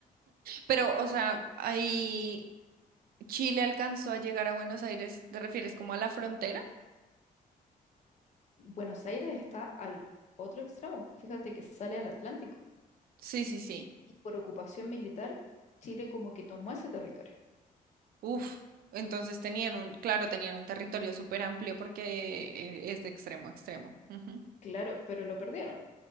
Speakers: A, on the right; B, on the left.
A: Pero, o sea, ahí Chile alcanzó a llegar a Buenos Aires. ¿Te refieres como a la frontera?
B: Buenos Aires está al otro extremo, fíjate que sale al Atlántico.
A: Sí, sí, sí.
B: Y por ocupación militar, Chile como que tomó ese territorio.
A: Uf. Entonces tenían un, claro, tenían un territorio súper amplio porque eh, es de extremo a extremo. Ujú.
B: Claro, pero lo perdieron.